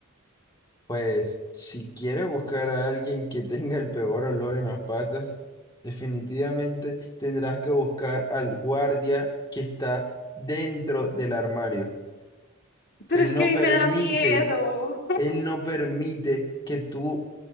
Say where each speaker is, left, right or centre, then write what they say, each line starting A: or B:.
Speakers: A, on the left; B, on the left.
A: Pues si quieres buscar a alguien que tenga el peor olor en las patas, definitivamente tendrás que buscar al guardia que está dentro del armario.
B: Pero
A: Él
B: es que
A: no
B: a mí
A: permite,
B: me da miedo. <laughs>
A: él no permite que tú